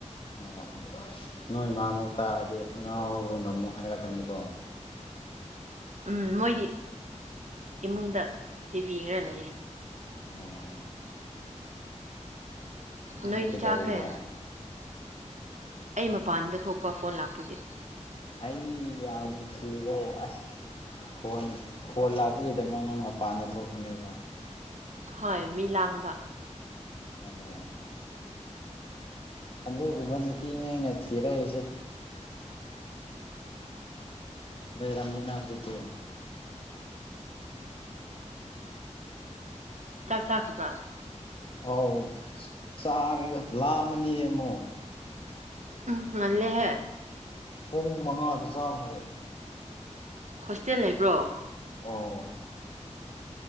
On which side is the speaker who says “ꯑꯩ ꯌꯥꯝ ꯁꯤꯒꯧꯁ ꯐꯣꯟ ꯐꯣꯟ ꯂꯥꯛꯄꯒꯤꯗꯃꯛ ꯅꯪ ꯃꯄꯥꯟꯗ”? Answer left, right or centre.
Left